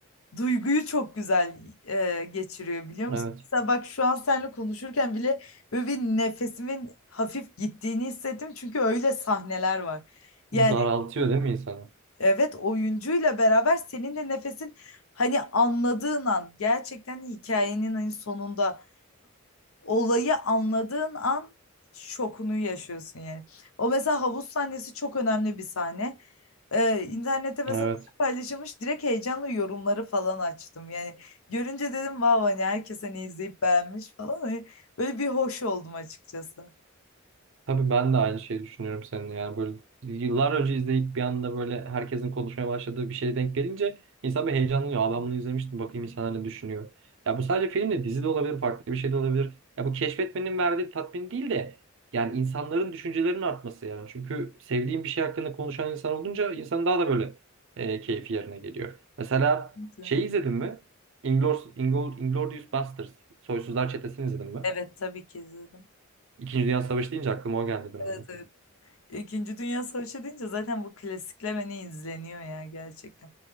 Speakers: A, on the left (about 75°); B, on the right (about 60°).
A: duyguyu çok güzel e, geçiriyor biliyor
B: Evet.
A: musun? Mesela bak şu an seninle konuşurken bile böyle bir nefesimin hafif gittiğini hissettim. Çünkü öyle sahneler var. Yani
B: Daraltıyor değil mi insanı?
A: Evet oyuncuyla beraber senin de nefesin hani anladığın an gerçekten hikayenin en sonunda olayı anladığın an şokunu yaşıyorsun yani. O mesela havuz sahnesi çok önemli bir sahne. Ee, internette mesela
B: Evet.
A: <laughs> paylaşılmış direkt heyecanla yorumları falan açtım. Yani görünce dedim vav hani herkes hani izleyip beğenmiş falan. Hani böyle bir hoş oldum açıkçası.
B: Tabii ben de aynı şeyi düşünüyorum seninle. Yani böyle yıllar önce izleyip bir anda böyle herkesin konuşmaya başladığı bir şeye denk gelince insan bir heyecanlanıyor. Aa ben bunu izlemiştim bakayım insanlar ne düşünüyor. Ya bu sadece film de dizi de olabilir farklı bir şey de olabilir. Ya bu keşfetmenin verdiği tatmin değil de yani insanların düşüncelerinin artması yani. Çünkü sevdiğin bir şey hakkında konuşan insan olunca insan daha da böyle e, keyfi yerine geliyor. Mesela
A: Kesinlikle.
B: şey izledin mi? Inglourious, Inglour- Inglourious Basterds. Soysuzlar Çetesi'ni izledin mi?
A: Evet tabii ki izledim.
B: İkinci Dünya Savaşı deyince aklıma o geldi biraz.
A: Evet, evet. İkinci Dünya Savaşı deyince zaten bu klasikler hani izleniyor ya gerçekten.